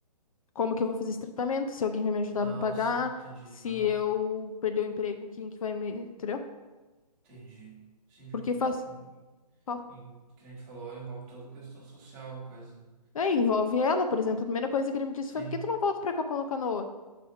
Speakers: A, on the left (about 55°); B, on the right (about 20°).
A: como que eu vou fazer esse tratamento, se alguém vai me ajudar
B: Ah,
A: a me pagar,
B: sim, entendi.
A: se
B: Aham,
A: eu perder o emprego, quem que vai me, entendeu?
B: entendi. Sim, porque
A: Porque faz,
B: em,
A: fala.
B: em, que nem tu falou, envolve toda a questão social, coisa. né?
A: Aí envolve ela, por exemplo, a primeira coisa que ele me disse
B: Sim.
A: foi, por que tu não volta pra Capão da Canoa?